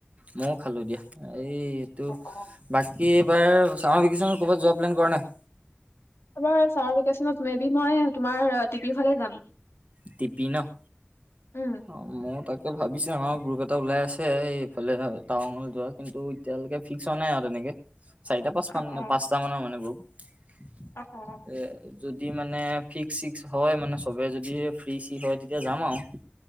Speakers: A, on the right (about 30°); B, on the left (about 80°).
A: ময়ো খালো দিয়া, এই এইটো-
B: অ অ
A: বাকী এইবাৰ ছামাৰ ভেকেশ্যনত ক'ৰবাত যোৱা প্লেন কৰা নাই?
B: এইবাৰ চামাৰ ভিকেশ্যনত মে বি মই তোমাৰ টিপিৰ ফালে যাম।
A: টি পি ন'।
B: উম
A: অ' মই তাকে ভাবিছো আমাৰ গ্ৰুপ এটা ওলাই আছে এই এইফালে টাৱাঙলৈ যোৱা। কিন্তু এতিয়ালৈকে ফিক্স হোৱা নাই আৰু তেনেকে। চাৰিটা পাঁচ মান
B: অ অ
A: পাঁচটা মানৰ মানে গ্ৰুপ
B: অ অ
A: এ যদি মানে ফিক্স চিক্স হয় মানে চবে যদি ফ্ৰী চি হয় তেতিয়া যাম আৰু।